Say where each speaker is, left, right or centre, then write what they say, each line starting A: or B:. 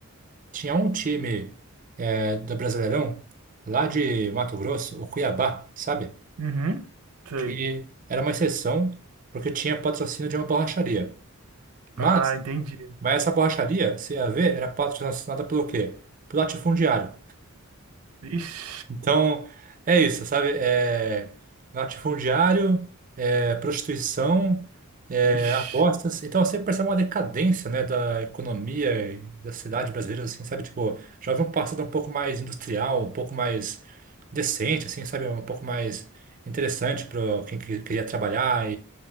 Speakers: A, on the right; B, on the right.
A: Tinha um time eh, do Brasileirão lá de Mato Grosso, o Cuiabá, sabe?
B: Uhum. Sei.
A: Que era uma exceção porque tinha patrocínio de uma borracharia. Mas,
B: Ah, entendi.
A: mas essa borracharia, você ia ver, era patrocinada pelo quê? Pelo latifundiário.
B: Ixi,
A: Então, é isso, sabe? É latifundiário, é prostituição, é
B: ixi.
A: apostas. Então, você percebe uma decadência, né, da economia e da cidade brasileira, assim, sabe? Tipo, já havia um passado um pouco mais industrial, um pouco mais decente, assim, sabe? Um pouco mais interessante para quem que- queria trabalhar